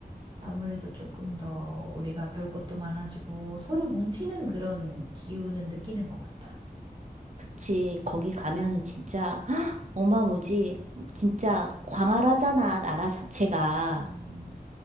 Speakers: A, on the right; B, on the right.
A: 아무래도 조금 더 우리가 별 것도 많아지고 서로 뭉치는 그런 기운은 느끼는 것 같아.
B: 그치. 거기 가면은 진짜 <gasps> 어마무지 진짜 광활하잖아 나라 자체가.
A: 음,